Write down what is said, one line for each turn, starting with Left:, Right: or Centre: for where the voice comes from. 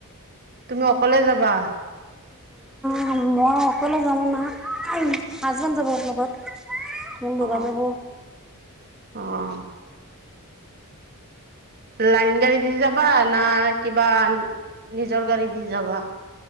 Right: তুমি অকলে যাবা?
Centre: না মই অকলে যাম না, হাজবেণ্ড যাব লগত। মোৰ ল'ৰা
Right: অ
Centre: যাব।
Right: অ'। লাইন গাড়ী দি যাবা? না, কিবা নিজৰ গাড়ী দি যাবা?